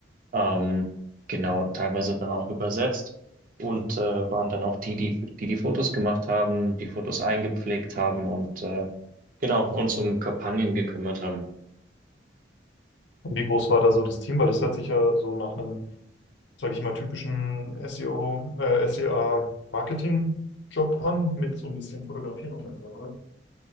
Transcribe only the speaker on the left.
Und wie groß war da so das Team? Weil das hört sich ja so nach einem sage ich mal, typischen SEO, äh, SEA-Marketing-Job an, mit so ein bisschen Fotografieren und so, oder?